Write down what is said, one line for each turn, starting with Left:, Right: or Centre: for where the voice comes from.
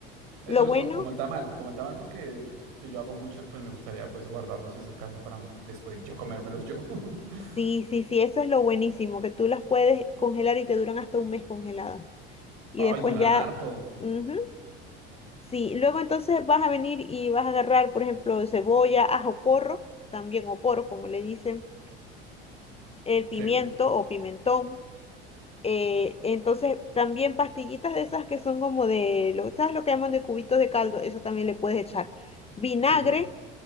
Right: Esto
Left: lo
Right: los
Left: bueno,
Right: co- como el tamal, como el tamal porque si yo hago muchos, pues me gustaría pues guardarlos si es el caso para después yo comérmelos yo. <laughs>
Left: sí, sí, sí, eso es lo buenísimo, que tú las puedes congelar y te duran hasta un mes congeladas. y después
Right: Ay, duran
Left: ya,
Right: harto.
Left: ujú, sí, luego entonces vas a venir y vas a agarrar, por ejemplo, cebolla, ajo porro, también o porro, como le dicen, el pimiento
Right: Sí,
Left: o pimentón. eh, entonces también pastillitas de esas que son como de, lo- ¿sabes lo que llaman de cubitos de caldo? Eso también le puedes echar. Vinagre,
Right: sí.